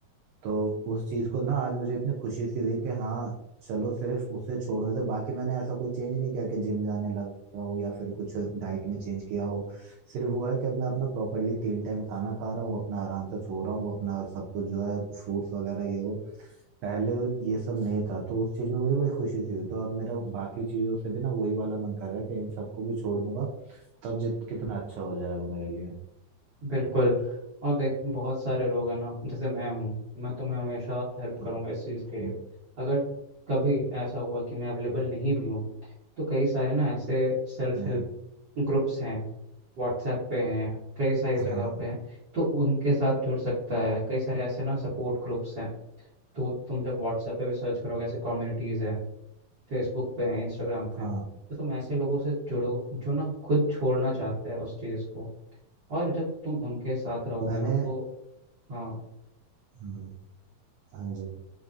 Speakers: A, on the right; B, on the right.
A: तो उस चीज को ना आज मुझे इतनी खुशी सी हुई कि हाँ चलो सिर्फ उसे छोड़ने से बाकी मैंने ऐसा कोई चेंज नहीं किया कि जिम जाने लगा हूँ या फिर कुछ डाइट में चेंज किया हो सिर्फ वो है कि अब मैं अपना प्रॉपरली तीन टाइम खाना खा रहा हूँ अपना आराम से सो रहा हूँ अपना सब कुछ जो है फ्रूट्स वगैरह ये वो पहले ये सब नहीं था तो उस चीज में मुझे बड़ी खुशी सी हुई तो अब मेरा बाकी चीजों से भी ना वही वाला मन कर रहा है कि इन सबको भी छोड़ दूंगा तब जित कितना अच्छा हो जाएगा मेरे लिए
B: बिल्कुल और देख बहुत सारे लोग हैं ना जैसे मैं हूँ मैं तुम्हें हमेशा हेल्प
A: हम्म,
B: करूंगा इस चीज़ के
A: हम्म,
B: लिए अगर कभी ऐसा हुआ कि मैं अवेलेबल
A: हम्म,
B: नहीं भी हूँ तो कई सारे ना ऐसे सेल्फ
A: हम्म,
B: हेल्प ग्रुप्स हैं व्हाट्सएप पे हैं कई सारी जगह
A: हाँ
B: पे हैं तो उनके साथ जुड़ सकता है कई सारे ऐसे ना सपोर्ट ग्रुप्स हैं तो तुम जब व्हाट्सएप पे भी सर्च करोगे ऐसे कम्युनिटीज़ हैं फेसबुक पे हैं इंस्टाग्राम पे
A: हाँ
B: हैं, तो तुम ऐसे लोगों से जुड़ो जो ना खुद छोड़ना चाहते हैं उस चीज़ को और जब तुम उनके साथ रहोगे
A: मैंने
B: ना तो हाँ
A: हम्म, हाँ जी